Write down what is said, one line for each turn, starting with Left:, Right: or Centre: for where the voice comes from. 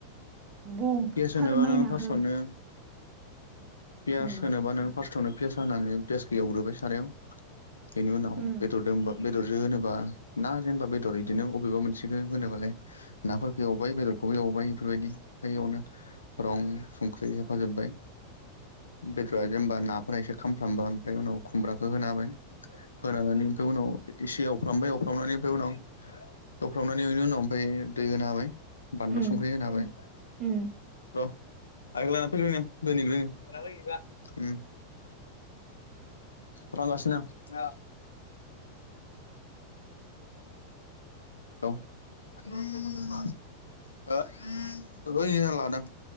Right: बुं
Left: पियास होनोबा
Right: फोरमायना
Left: नोङो फार्स्टआवनो
Right: हो
Left: पियास
Right: उम
Left: होनोबा नों फार्स्टआवनो पियास होनानै पियासखो एवग्रोबाय सारायाव इनि उनाव
Right: उम
Left: बेदर दोंबा‌ बेदरजो होनोबा ना जेनबा बेदर इदिनो अबेबा मोनसेखो होनोबालाय नाफोरखो एवबाय बेदर खौबो एवबाय इफोरबायदि ओमफाय इयावनो रं संख्रि होफाजोब्बाय बेदरा जेनबा नाफोरा एसे खामफ्रबा ओमफ्राय उनाव खुमब्राखो होना होबाय होनानै ओमफाय उनाव एसे एवफ्रामबाय एवफ्रामनानै ओमफाय उनाव एवफ्रामनानै इनि उनाव ओमफाय दै होना होबाय बानलु
Right: उम
Left: संख्रि होना होबाय
Right: उम
Left: र' आयंलाना फैग्रोनि आं दोनहैग्रोनि <unintelligible> उम प्रांगासिनो आं औ <unintelligible> लादों